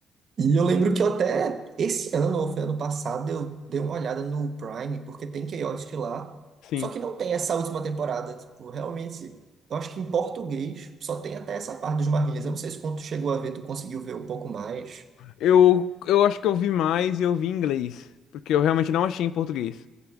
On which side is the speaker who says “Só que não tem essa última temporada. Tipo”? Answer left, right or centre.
Right